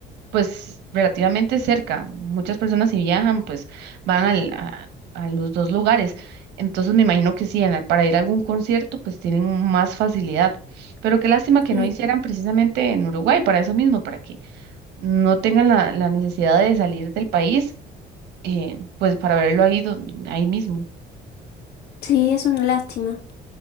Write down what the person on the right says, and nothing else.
pues relativamente cerca. Muchas personas si viajan pues van al, a, a los dos lugares. Entonces me imagino que sí, en la- para ir a algún concierto pues tienen más facilidad. Pero qué lástima que
no hicieran precisamente en Uruguay, para eso mismo, para que no tengan la, la necesidad de salir del país, eh, pues para verlo ahí, don- ahí mismo.